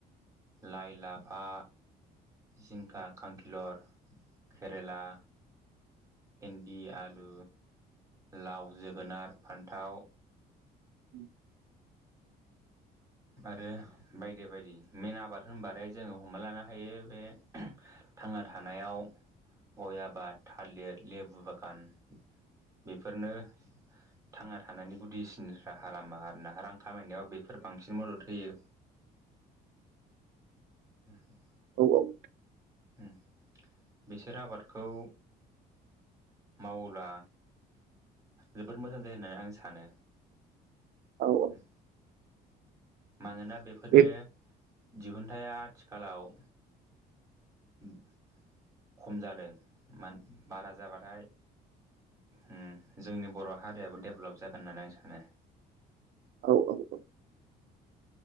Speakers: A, on the right; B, on the right.
A: लाय, लाफा, जिंखा, खांखिलर केरेला भिन्दि, आलु, लाव, जोगोनार, फान्थाव
B: <inaudible>
A: आरो बायदि बायदि मेन आबाद होमबाथाय जोङो हमना लानो हायो। बे थांना थानायाव गय' आबाद, थालिर, लेबु बागान बेफोरनो थांना थानायनि गुदिसिन राहा लामा आरो ना। रां खामायनायाव बेफोर बांसिन मदद होयो। उम
B: औ औ।
A: उम बिसोर आबादखौ मावोला जोबोद मोजां जायो होनना आं सानो।
B: औ औ
A: उम। मानोना बेफोरनो
B: बे
A: दिहुन्थाया आथिखालाव उम खम जादों। मान‌ बारा जाबाथाय उम जोंनि बर' हारियाबो डेभलप जागोन होननानै आं सानो।
B: औ औ। औ